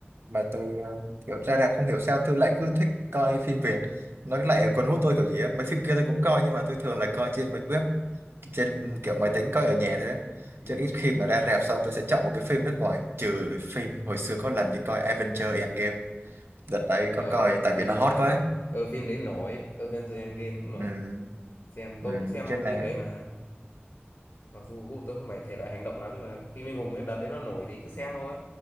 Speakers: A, on the right; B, on the left.
A: mà tôi ờ, kiểu ra rạp không hiểu sao tôi lại cứ thích coi phim Việt nó lại cuốn hút tôi kiểu gì á mấy phim kia tôi cũng coi nhưng mà tôi thường là coi trên mấy web trên kiểu máy tính coi ở nhà thôi á.
B: ừ
A: chứ ít khi mà ra rạp xong tôi sẽ chọn một cái phim nước ngoài trừ phim hồi xưa có lần đi coi Avengers Endgame đợt đấy
B: ờ,
A: có coi tại
B: phim
A: vì nó hot
B: phim
A: quá
B: đấy ờ, phim đấy nổi Avengers Endgame cũng nổi
A: ừ,
B: xem
A: ừ,
B: tôi cũng xem
A: cái là
B: phim đấy mà mặc dù gu của tôi không phải thể loại hành động lắm nhưng mà phim anh hùng ấy đợt đấy nó nổi thì cứ xem thôi